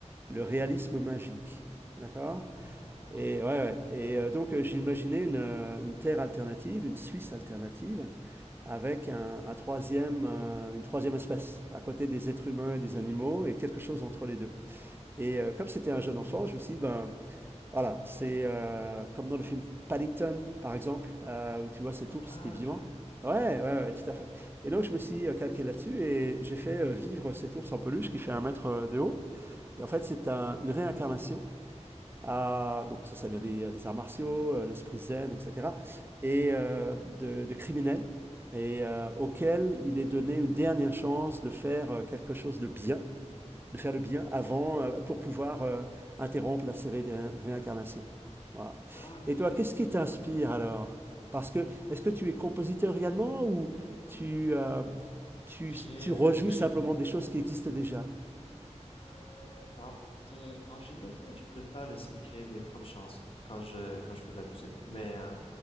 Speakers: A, on the right; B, on the left.
A: le réalisme magique. D'accord?
B: Ah, ok.
A: Et, ouais, ouais. Et euh, donc, euh, j'ai imaginé une, euh, une Terre alternative, une Suisse alternative, avec un, un troisième, euh, une troisième espèce, à côté des êtres humains et des animaux, et quelque chose entre les deux. Et euh, comme c'était un jeune enfant, je me suis dit, ben, voilà, c'est euh, comme dans le film Paddington, par exemple, euh, où tu vois cet ours
B: Ah,
A: qui est vivant.
B: ok.
A: Ouais, ouais, ouais, ouais, tout à fait. Et donc, je me suis euh, calqué là-dessus et j'ai fait euh, vivre cet ours en peluche qui fait un mètre euh, de haut. Et
B: Mhm.
A: en fait, c'est un- une réincarnation. à- donc, ça, ça vient des, euh, des arts martiaux, euh, l'esprit zen, etc. Et euh, de, de criminels, et euh, auquel il est donné une dernière chance de faire euh, quelque chose de bien de faire le bien avant euh, pour pouvoir euh, interrompre la série des ré- réincarnations. Voilà.
B: Ah,
A: Et
B: ok.
A: toi, qu'est-ce qui t'inspire alors Parce que est-ce que tu es compositeur également ou tu, euh, tu,
B: J'ai,
A: tu rejoues
B: j'ai,
A: simplement des choses qui existent déjà
B: Euh, ben en fait, euh, en général, je préfère essayer de créer mes propres chansons quand je quand je fais de la musique. Mais euh,